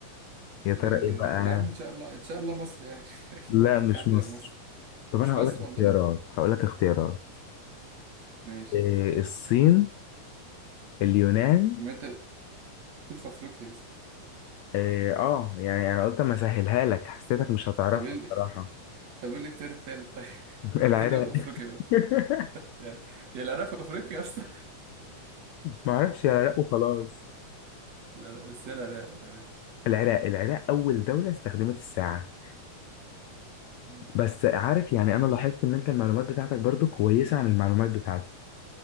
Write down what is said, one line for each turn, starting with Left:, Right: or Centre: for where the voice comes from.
Left: يا
Right: آه،
Left: ترى ايه بقى
Right: يا عم إن شاء الله إن شاء الله مصر يعني <laughs> أكيد
Left: لا مش
Right: في حد
Left: مصر
Right: غير مصر
Left: طب
Right: مش
Left: انا هقول
Right: مصر
Left: لك اختيارات
Right: والله
Left: هقول لك اختيارات
Right: ماشي
Left: إيه الصين اليونان
Right: وما أنت دول في أفريقيا
Left: إيه اه يعني انا قلت اما اسهلها لك حسيتك مش هتعرفها
Right: طب ايه ال-
Left: بصراحة
Right: طب ايه الاختيار التالت طيب <laughs>
Left: <laughs> العراق
Right: اكيد دول افريقيا بقى
Left: <laughs>
Right: يعني يا العراق في افريقيا يا اسطى
Left: ما اعرفش العراق وخلاص
Right: <laughs> لا لا بس هي العراق العراق
Left: العراق العراق اول دولة استخدمت الساعة
Right: مم.
Left: بس عارف يعني
Right: ماشي
Left: انا لاحظت ان انت المعلومات بتاعتك برضو كويسة عن المعلومات بتاعتي